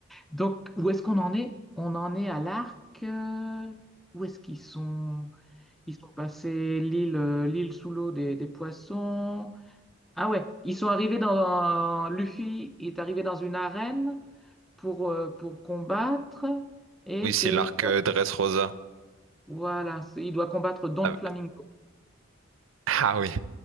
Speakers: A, in the centre; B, on the right.
A: Donc, où est-ce qu'on en est? On en est à l'arc. euh, où est-ce qu'ils sont? Ils sont passés l'île euh, l'île sous l'eau des, des poissons. Ah ouais, ils sont arrivés dans... Luffy est arrivé dans une arène pour, euh, pour combattre. Et
B: Oui,
A: c'est...
B: c'est l'arc euh, Dressrosa.
A: Voilà, c'est- il doit combattre Don
B: Ah,
A: Flamingo.
B: ah oui,